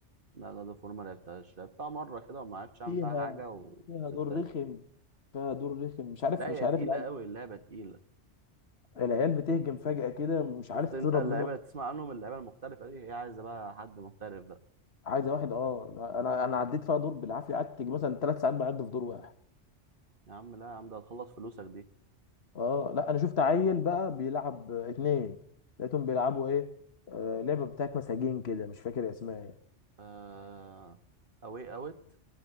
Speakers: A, on the right; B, on the left.
A: لا جاد اوف وور ما لعبتهاش لعبتها مره كده وما عرفتش اعمل
B: فيها
A: فيها حاجه و-
B: فيها
A: وسبتها
B: دور رخم فيها دور رخم مش عارف
A: لا هي
B: مش عارف
A: تقيله
B: العيال
A: قوي اللعبه تقيله
B: العيال بتهجم فجأة كده مش عارف
A: شفت انت
B: تضرب
A: اللعيبه
B: مين واحد
A: اللي تسمع عنهم اللعيبه المحترفه دي هي عايزه بقى حد محترف بقى
B: عايزه واحد اه انا انا عديت فيها دور بالعافيه قعدت مثلا ثلاث ساعات بعد في دور واحد
A: يا عم لا يا عم ده هتخلص فلوسك دي
B: اه لا انا شفت عيل بقى بيلعب آه، اتنين لقيتهم بيلعبوا ايه آه لعبه بتاعت مساجين كده مش فاكر اسمها ايه
A: آه... اوي اوت